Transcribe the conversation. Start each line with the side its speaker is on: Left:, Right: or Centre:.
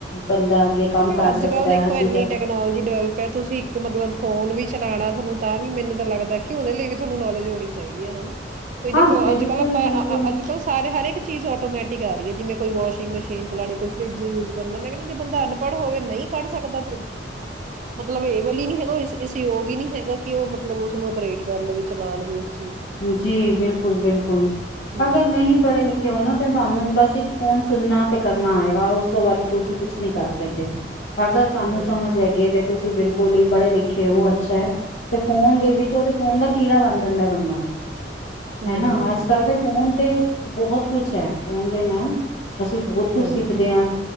Left: ਬੰਦਾ ਅੱਗੇ ਕੰਮ ਕਰ
Right: ਅੱਜ
Left: ਸਕਦਾ
Right: ਕੱਲ ਦੇਖੋ
Left: ਹਰ ਚੀਜ਼
Right: ਇੰਨੀ
Left: ਹੈ
Right: ਟੈਕਨੋਲੋਜੀ ਡਿਵੈਲਪ ਹੈ ਤੁਸੀਂ ਇੱਕ ਮਤਲਬ ਫੋਨ ਵੀ ਚਲਾਉਣਾ ਤੁਹਾਨੂੰ ਤਾਂ ਵੀ ਮੈਨੂੰ ਤਾਂ ਲੱਗਦਾ ਕਿ ਉਹਦੇ ਲਈ ਵੀ ਤੁਹਾਨੂੰ ਨੌਲੇਜ ਹੋਣੀ ਚਾਹੀਦੀ ਹੈ ਹਨਾ ਕੋਈ
Left: ਹਾਂ
Right: ਦੇਖੋ
Left: ਬਿਲਕੁਲ
Right: ਅੱਜ ਕੱਲ ਆਪਾਂ
Left: ਬਿਲਕੁਲ
Right: ਅੱਜ ਕੱਲ ਸਾਰੇ ਹਰਕ ਚੀਜ਼ ਆਟੋਮੈਟਿਕ ਆ ਰਹੀ ਜਿਵੇਂ ਕੋਈ ਵਾਸ਼ਿੰਗ ਮਸ਼ੀਨ ਚਉਣੀ, ਕੋਈ ਫਰਿੱਜ ਯੂਜ ਕਰਨਨਾ, ਮੈਂ ਕਹਿੰਦੀ ਹਾ ਜੇ ਬੰਦਾ ਪੜ ਹੋਵੇ ਨਹੀਂ ਪੜ੍ਹ ਸਕਦਾ, ਫਿਰ ਮਤਲਬ ਏਵਲ ਹੀ ਨੀ ਹੈਗਾ, ਇਸਯੋਗ ਹੀ ਨੀ ਹੈਗਾ ਕਿ ਉਹ ਮਤਲਬ ਉਸਨੂੰ ਅਪਰੇਟ ਕਰ ਲਵੇ ਚਲਾ ਲਵੇ ਚੀਜ਼ ਨੂੰ
Left: ਜੀ, ਬਿਲਕੁਲ-ਬਿਲਕੁਲ।
Right: ਹਮ
Left: ਅਗਰ ਨਹੀਂ ਪੜ੍ਹੇ ਲਿਖੇ ਹੋ ਨਾ ਤੇ ਸਾਨੂੰ ਬਸ ਇੱਕ ਫੋਨ ਸੁਣਨਾ ਤੇ ਕਰਨਾ ਹੈਏਗਾ ਉਸ ਤੋਂ ਬਾਅਦ ਤੁਸੀਂ ਕੁਛ ਨਹੀਂ ਕਰ ਸਕਦੇ। ਅਗਰ ਤੁਹਾਨੂੰ
Right: ਹਮ
Left: ਸਮਝ ਹੈਗੀ ਤੇ ਤੁਸੀਂ ਬਿਲਕੁਲ ਹੀ ਪੜ੍ਹੇ ਲਿਖੇ ਉਹ ਅੱਛਾ ਹੈ। ਤੇ ਫੋਨ ਦੇ ਵਿੱਚ ਉਹਦੇ ਫੋਨ ਦਾ ਕੀੜਾ ਬਣ ਜਾਂਦਾ ਬੰਦਾ
Right: ਹਮ
Left: ਹਨਾ, ਅੱਜ ਕੱਲ੍ਹ ਦੇ ਫੋਨ ਤੇ ਬਹੁਤ ਕੁਛ ਹੈ, ਉਹਨਾ ਦੇ ਨਾਲ। ਅਸੀਂ ਬਹੁਤ ਕੁਝ
Right: ਹਮ
Left: ਸਿੱਖਦੇ ਹਾਂ